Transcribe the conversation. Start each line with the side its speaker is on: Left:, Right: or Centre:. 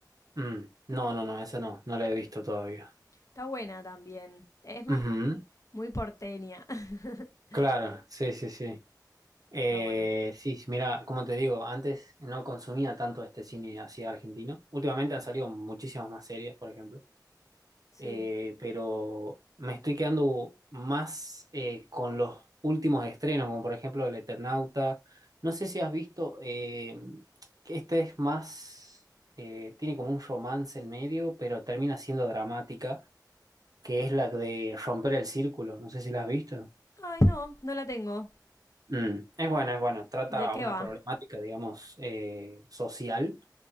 Right: Mm, no, no, no, esa no, no la he visto todavía.
Left: Está buena también, es más,
Right: Ujú,
Left: muy porteña. <laughs>
Right: Claro, sí, sí, sí. Eh,
Left: está bueno.
Right: sí, sí, mira, como te digo, antes no consumía tanto este cine así argentino. Últimamente han salido muchísimas más series, por ejemplo,
Left: Sí.
Right: Eh, pero me estoy quedando más eh, con los últimos estrenos, como por ejemplo El Eternauta. No sé si has visto eh, que este es más, eh, tiene como un romance en medio, pero termina siendo dramática, que es la de Romper el Círculo. No sé si la has visto.
Left: Ay, no, no la tengo.
Right: Mm, es buena, es buena. Trata
Left: ¿De qué
Right: una
Left: va?
Right: problemática, digamos, eh, social